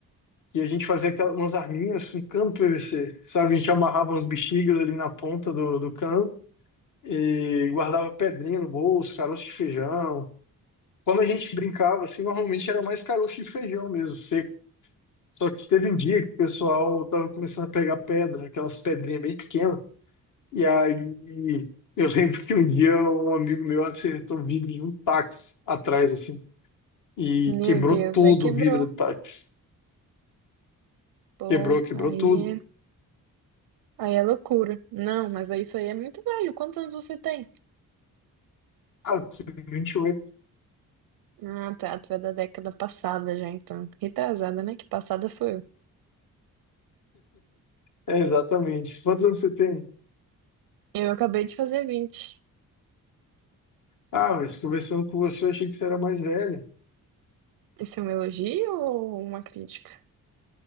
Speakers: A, on the left; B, on the right.
A: que a gente fazia aquelas, umas arminhas com cano PVC, sabe? A gente amarrava umas bexigas ali na ponta do, do cano e guardava pedrinha no bolso, caroço de feijão. Quando a gente brincava, assim, normalmente era mais caroço de feijão mesmo, seco. Só que teve um dia que o pessoal tava começando a pegar pedra, aquelas pedrinhas bem pequenas, E aí, eu lembro que um dia um amigo meu acertou o vidro de um táxi atrás, assim, e
B: Meu
A: quebrou
B: Deus,
A: todo
B: aí quebrou.
A: o vidro do táxi.
B: Pô,
A: Quebrou, quebrou
B: aí
A: tudo.
B: é, aí é loucura. Não, mas aí isso aí é muito velho. Quantos anos você tem?
A: Ah, eu tenho 28.
B: Ah, tá, tu é da década passada já, então. Retrasada, né? Que passada sou eu.
A: É, exatamente. Quantos anos você tem?
B: Eu acabei de fazer vinte
A: Ah, mas conversando com você, eu achei que você era mais velha.
B: Isso é um elogio ou uma crítica?